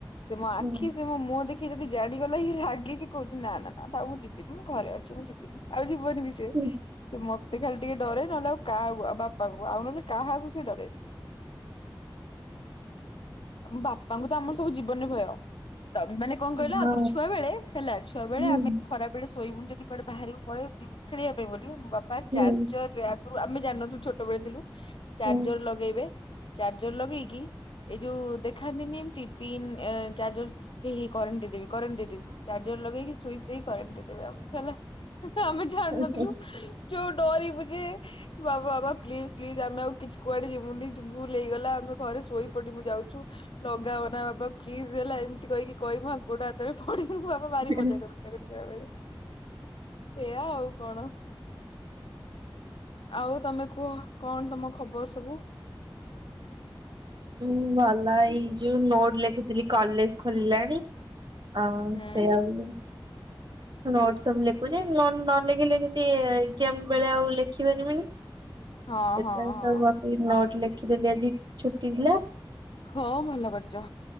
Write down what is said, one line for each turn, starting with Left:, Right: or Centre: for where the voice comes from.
Left: ସେ ମୋ
Right: ହୁଁ
Left: ଆଖି ସେ ମୋ ମୁଁ ମୁହଁ ଦେକ୍ କିଏ ଯଦି ଜାଣିଗଲା ଇଏ ରା ଗିକି କହୁଛିି ନା-ନା-ନା ଥାଉ ମୁଁ ଯିବିନି ମୁଁ ଘରେ ଅଛି ମୁଁ ଯିବିନି ଆଉ ଯି କୁହେନି ବି ସେ
Right: ହୁଁ ହୁଁ
Left: ସେ ମ ତେ ଖାଲି ଟିକେ ଡରେ ନହେଲେ ଆଉ କାହାକୁ ଆଉ ବାପ୍ ପାଙ୍କୁ ଆଉ ନହେଲେ କାହାକୁ ସେ ଡରେ ମ୍ ବାପାଙ୍କୁ ତ ଆମର ସବୁ ଜୀବନରେ ଭୟ। ତ ମାନେ କଣ କହିଲ
Right: ହଁ
Left: ଆଗୁରୁ ଛୁଆ ବେଳେ ହେଲା ଛୁଆ ବେଳେ
Right: ହୁଁ
Left: ଆମେ ଖରା ବେଳେ ଶୋଇବୁ। ଯଦି କୁଆଡେ ବାହାରିବୁ ପଳେଇ ଯିବୁ ଖେଳିବା ପାଇଁ ବୋଲି ବାପା
Right: ହୁଁ
Left: ଚାରଜର
Right: ହୁଁ ହୁଁ
Left: ଲ୍ୟାଗ୍ ରୁ ଆମେ ଜାଣି ନ ଥିଲୁ ଛୋଟବେଳେ ଥିଲୁ। ଚାର୍ଜର
Right: ହଁ ହଁ
Left: ଲଗେଇବେ ଚାର୍ଜର ଲଗେଇକି ଏଇ ଯୋଉ ଦେଖାନ୍ତିନି ଏମତି ପିନ୍ ଏ ଚାର୍ଜର ଏହେ କରେଣ୍ଟ ଦେଇଦେବି। କରେଣ୍ଟ ଦେଇଦେବି ଚାର୍ଜର ଲଗେଇକି ସୁଇଚ ଦେଇକି କରେଣ୍ଟ ଦେଇଦେବି ଆଉ ହେଲା। ଆମେ ଜାଣୁ
Right: ହଁ
Left: ନଥିଲୁ। ଯୋଉ ଡରିବୁ ଯେ ବାବା ବାବା ପ୍ଲିଜ୍ ପ୍ଲିଜ୍ ଆମେ ଆଉ କିଛି କୁଆଡେ ଯିବୁନି ଯି ଭୁଲ୍ ହେଇଗଲା ଆମେ ଘରେ ଶୋଇ ପଡିବୁ। ଯାଉଛୁ ଲଗାଅ ନା ବାବା ପ୍ଲିଜ୍ ହେଲା ଏମିତି କହିକି କହିବୁ ଆ ଗୋଟେ ହାତରେ ଥ <unintelligible> ତୋ ବାପା ଭାରି ମଜା
Right: ହଁ
Left: କରନ୍ତି ତାଙ୍କ ଛୁଆ ବେଳେ। ସେଆ ଆଉ କଣ? ଆଉ ତମେ କୁହ, କଣ ତମ ଖବର ସବୁ?
Right: ଉଁ ଭଲ, ଏଇ ଯୋଉ ନୋଟ ଲେଖୁଥିଲି କଲେଜ ଖୋଲିଲାଣି। ହଁ
Left: ହୁଁ
Right: ସେ ଆଉ ନୋଟ ସବୁ ଲେଖୁଚି, ନ ନା ଲେଖିଲେ ଯଦି ଏକ୍ଜାମ ବେଳେ ଆଉ ଲେଖିବାରି ବିନି।
Left: ହଁ
Right: ଏତ
Left: ହଁ
Right: ସ
Left: ହଁ
Right: ବାକି ନ ଲେ ଦେଖିଦେଲି ଆଜି ଛୁଟି ଥିଲା।
Left: ହଁ ଭଲ କରିଚ,